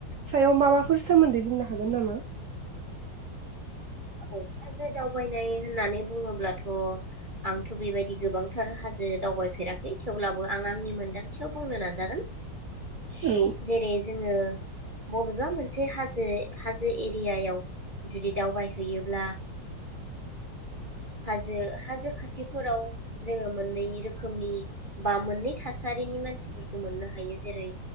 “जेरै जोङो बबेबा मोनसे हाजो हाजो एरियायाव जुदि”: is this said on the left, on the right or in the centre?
Right